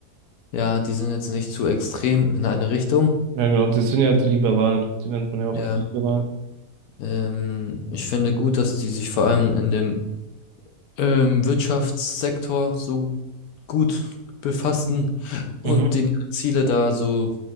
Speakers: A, on the left; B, on the right.
A: Ja, die sind jetzt nicht zu extrem in eine Richtung.
B: Ja, genau, das sind ja die Liberalen. Die nennt man ja auch
A: Ja,
B: die Liberalen.
A: ähm, ich finde gut, dass die sich vor allem in dem ähm, Wirtschaftssektor so gut befassen und
B: Mhm.
A: denen ihre Ziele da so